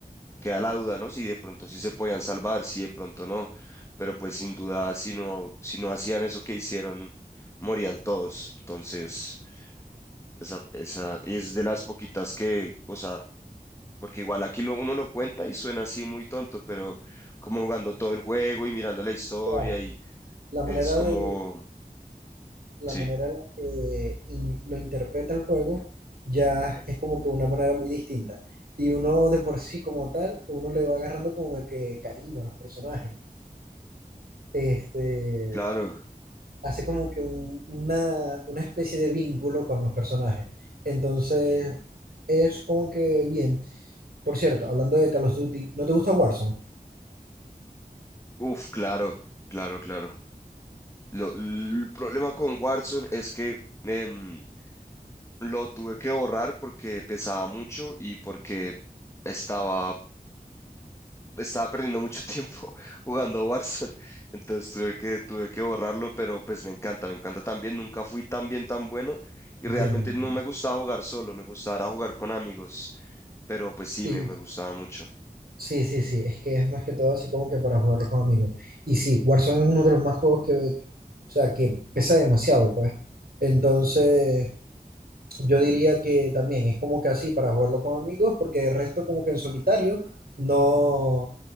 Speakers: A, on the left; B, on the right.
A: queda la duda, ¿no? Si de pronto sí se podían salvar, si de pronto no, pero pues sin duda, si no, si no hacían eso que hicieron, morían todos. Entonces, esa, esa es de las poquitas que, o sea, porque igual aquí lo, uno lo cuenta y suena así muy tonto, pero como jugando todo el juego y mirando la historia
B: Claro.
A: y
B: La
A: es
B: manera
A: como,
B: de, la
A: sí,
B: manera en la que in- lo interpreta el juego ya es como que una manera muy distinta. Y uno de por sí como tal, uno le va agarrando como que cariño a los personajes. Este,
A: claro,
B: hace como que un- una, una especie de vínculo con los personajes. Entonces, es como que bien. Por cierto, hablando de Call of Duty, ¿no te gusta Warzone?
A: uf, claro, claro, claro. Lo- l- el problema con Warzone es que... em, Lo tuve que borrar porque pesaba mucho y porque estaba, estaba perdiendo mucho <laughs> tiempo jugando a Warzone. Entonces tuve que, tuve que borrarlo, pero pues me encanta, me encanta también. Nunca fui tan bien, tan bueno y
B: Entiendo.
A: realmente
B: entiendo.
A: no me gustaba jugar solo, me gustaba era jugar con amigos, pero pues sí,
B: Sí,
A: me, me gustaba mucho.
B: sí, sí, sí. Es que es más que todo así como que para jugarlo con amigos. Y sí, Warzone es uno de los más juegos que, ve- o sea, que pesa demasiado, pues. Entonces, yo diría que también es como que así para jugarlo con amigos, porque el resto como que en solitario, no,